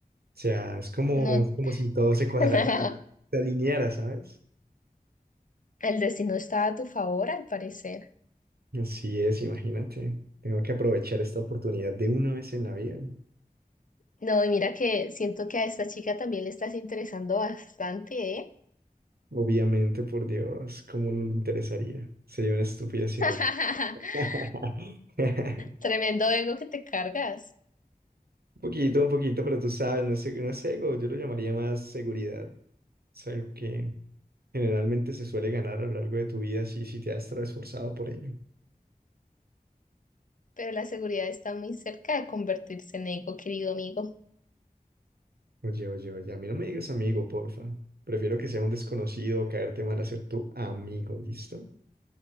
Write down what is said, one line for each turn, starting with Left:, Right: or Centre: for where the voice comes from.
Right: sea, es como,
Left: No,
Right: es como si todo se cuadrara,
Left: <laughs>
Right: se alineara, ¿sabes?
Left: el destino está a tu favor, al parecer.
Right: Así es, imagínate. Tengo que aprovechar esta oportunidad de una vez en la vida.
Left: No, y mira que siento que a esta chica también le estás interesando bastante, ¿eh?
Right: Obviamente, por Dios, ¿cómo no le interesaría? Sería una estupidez si
Left: <laughs>
Right: no. <laughs>
Left: Tremendo ego que te cargas.
Right: Un poquito, un poquito, pero tú sabes, no es, no es ego, yo lo llamaría más seguridad. Es algo que generalmente se suele ganar a lo largo de tu vida si, si te has esforzado por ello.
Left: Pero la seguridad está muy cerca de convertirse en ego, querido amigo.
Right: Oye, oye, oye, a mí no me digas amigo, porfa. Prefiero que sea un desconocido o caerte mal a ser tu amigo, ¿listo?